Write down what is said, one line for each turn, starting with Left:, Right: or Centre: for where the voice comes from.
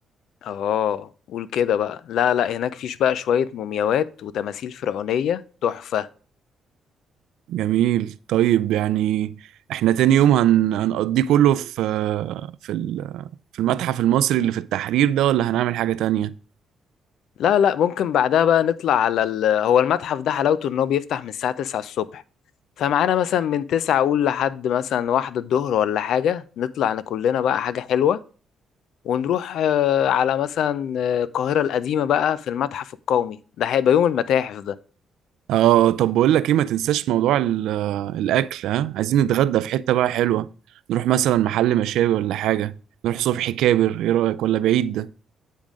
Left: اه قول كده بقى لا لا هناك فيش بقى شوية مومياوات وتماثيل فرعونية تحفة
Right: جميل طيب يعني احنا تاني يوم هن... هنقضيه كله في في ال- في المتحف المصري اللي في التحرير ده ولا هنعمل حاجة تانية
Left: لا لا ممكن بعدها بقى نطلع على ال... هو المتحف ده حلاوته ان هو بيفتح من الساعة 9 الصبح فمعانا مثلا من 9 اقول لحد مثلا واحدة الظهر ولا حاجة نطلع أنا كلنا بقى حاجة حلوة ونروح آه، على مثلا آه، القاهرة القديمة بقى في المتحف القومي ده هيبقى يوم المتاحف
Right: اه طب بقول لك ايه ما تنساش موضوع ال- آه، الاكل ها عايزين نتغدى في حتة بقى حلوة نروح مثلا محل مشاوي ولا حاجة نروح صبحي كابر ايه رأيك ولا بعيد ده